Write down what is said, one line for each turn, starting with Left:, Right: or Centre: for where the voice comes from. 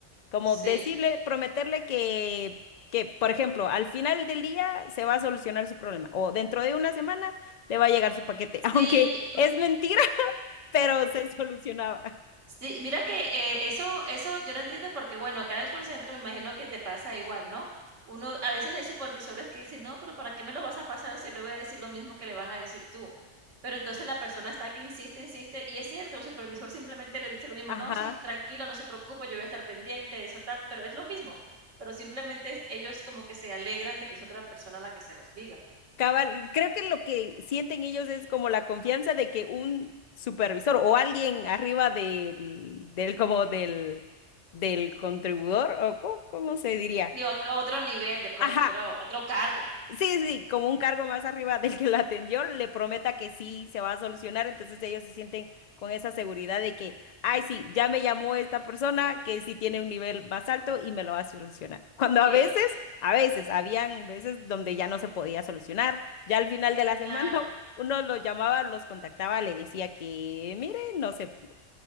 Left: Como
Right: sí.
Left: decirle, prometerle que, que, por ejemplo, al final del día se va a solucionar su problema o dentro de una semana le va a llegar su paquete, <laughs>
Right: Sí,
Left: aunque es mentira, <laughs> pero se solucionaba.
Right: Sí, mira que eh, eso, eso yo no entiendo porque, bueno, acá en el call center me imagino que te pasa igual, ¿no? Uno, a veces hay supervisores que dicen, no, pero ¿para qué me lo vas a pasar si le voy a decir lo mismo que le vas a decir tú? Pero entonces la persona está que insiste, insiste, y es cierto, el supervisor simplemente le dice lo mismo,
Left: Ajá.
Right: no, sí, tranquilo, no se preocupe, yo voy a estar pendiente, eso tal, pero es lo mismo, pero simplemente es- ellos como que se alegran de que es otra persona la que se los diga.
Left: Cabal, creo que lo que sienten ellos es como la confianza de que un supervisor o alguien arriba del, del como del, del contribuidor, o cómo, cómo se diría.
Right: Y otro, otro nivel, de pronto,
Left: Ajá,
Right: otro, otro cargo.
Left: Sí, sí, como un cargo más arriba del que lo atendió, le prometa que sí se va a solucionar, entonces ellos se sienten con esa seguridad de que, ay, sí, ya me llamó esta persona que sí tiene un nivel más alto y me lo va a solucionar. Cuando a
Right: Eh,
Left: veces,
Right: sí,
Left: a veces, habían veces donde ya no se podía solucionar, ya al final de la semana
Right: claro.
Left: <laughs> uno los llamaba, los contactaba, le decía que, mire, no se pudo.